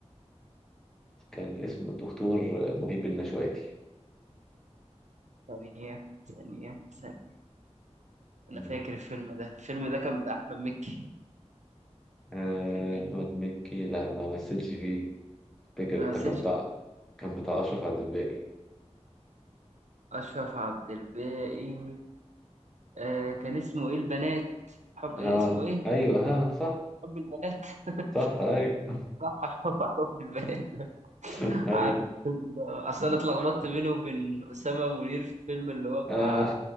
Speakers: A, in the centre; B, on the right (about 85°).
A: كان اسمه الدكتور مهيب النشواتي
B: ثانية ثانية ثانية
A: مم.
B: أنا فاكر الفيلم ده الفيلم ده كان بتاع أحمد مكي
A: آه،
B: كان إيه؟
A: أحمد مكي لا ما مثلش فيه فاكر
B: آه
A: ده كان
B: سيرج
A: بتاع كان بتاع أشرف عبد الباقي
B: أشرف عبد الباقي آه كان اسمه إيه البنات حب
A: اه
B: إيه اسمه إيه
A: أيوه ها صح
B: حب البنات <laughs>
A: صح أيوه
B: صح حب حب البنات ده
A: <laughs> أيوه
B: عارف فيلم- اصل انا اتلخبطت بينه وبين اسامه منير في الفيلم اللي هو بتاع
A: آه.